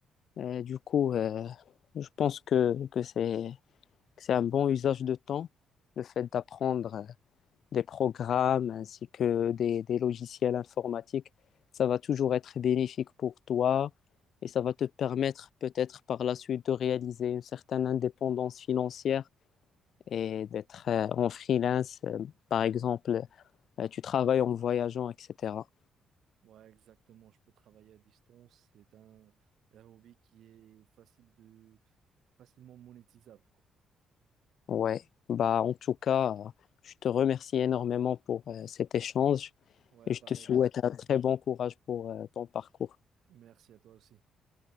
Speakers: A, on the left; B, on the right.
A: Euh, du coup, euh, je pense que, que c'est c'est un bon usage de temps, le fait d'apprendre euh, des programmes ainsi que des, des logiciels informatiques. Ça va toujours être bénéfique pour toi et ça va te permettre peut-être par la suite de réaliser une certaine indépendance financière et d'être euh, en freelance, euh, par exemple, euh, tu travailles en voyageant, etc.
B: Ouais, exactement. Je peux travailler à distance. C'est un, un hobby qui est facile de, facilement monétisable, quoi.
A: Ouais, bah en tout cas, euh, je te remercie énormément pour euh, cet échange
B: Ouais,
A: et
B: pareil.
A: je te souhaite
B: bon.
A: un très bon courage pour euh, ton parcours.
B: Merci à toi aussi.